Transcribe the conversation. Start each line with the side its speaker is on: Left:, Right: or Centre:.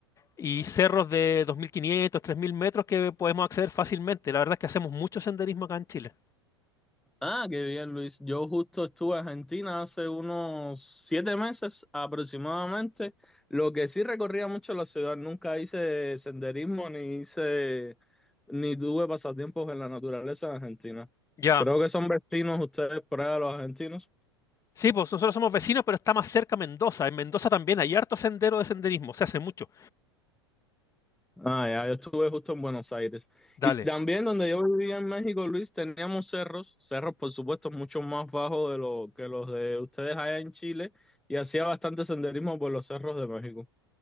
Left: y cerros de dos mil quinientos, tres mil metros que podemos acceder fácilmente. La verdad es que hacemos mucho senderismo acá en Chile.
Centre: Ah, qué bien, Luis. Yo justo estuve en Argentina hace unos siete meses aproximadamente. Lo que sí recorría mucho la ciudad, nunca hice senderismo ni hice ni tuve pasatiempos en la naturaleza en Argentina.
Left: Ya.
Centre: Creo que son vecinos ustedes por allá, los argentinos.
Left: Sí, pues nosotros somos vecinos, pero está más cerca Mendoza. En Mendoza también hay harto sendero de senderismo, se hace mucho.
Centre: Ah, ya, yo estuve justo en Buenos Aires.
Left: Dale,
Centre: Y también donde yo vivía en México, Luis, teníamos cerros, cerros por supuesto mucho más bajos de lo que los de ustedes allá en Chile, y hacía bastante senderismo por los cerros de México.